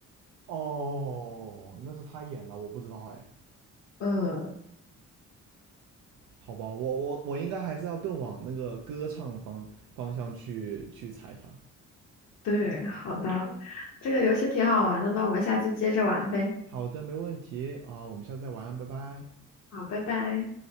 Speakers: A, on the right (about 80°); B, on the left (about 60°).
A: 哦，那是他演的，我不知道哎。
B: 嗯，
A: 好吧，我我我应该还是要更往那个歌唱方方向去去猜他。
B: 对，好的，这个游戏挺好玩的，那我们下次接着玩呗。
A: 好的，没问题啊，我们下次再玩，拜拜。
B: 好，拜拜。